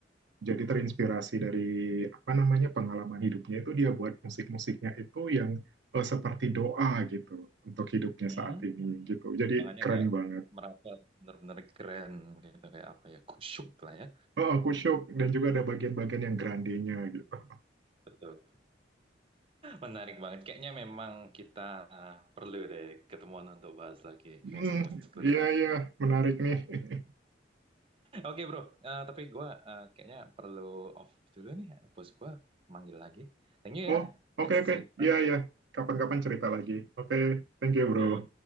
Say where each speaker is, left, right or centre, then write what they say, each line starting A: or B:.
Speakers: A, on the right; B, on the right.
A: jadi terinspirasi dari apa namanya pengalaman hidupnya itu dia buat musik-musiknya itu yang eh, seperti doa gitu untuk hidupnya
B: Hmm.
A: saat ini gitu. Jadi
B: Makanya
A: keren
B: kayak
A: banget.
B: merasa benar-benar keren gitu kayak apa ya kusyuk lah ya
A: Oh, aku shock dan juga ada bagian-bagian yang grandenya gitu. <laughs>
B: betul menarik banget kayaknya memang kita perlu deh ketemuan untuk bahas lagi
A: Hmm,
B: musik-musik lebih
A: iya
B: lanjut
A: iya, menarik nih. <laughs>
B: Oke bro, Eh, tapi gue kayaknya perlu off dulu nih. Bos gue manggil lagi. Thank you
A: Oh,
B: ya.
A: oke,
B: Next
A: oke.
B: see you next time.
A: Iya, iya. Kapan-kapan cerita lagi. Oke, thank you, bro.
B: Yo.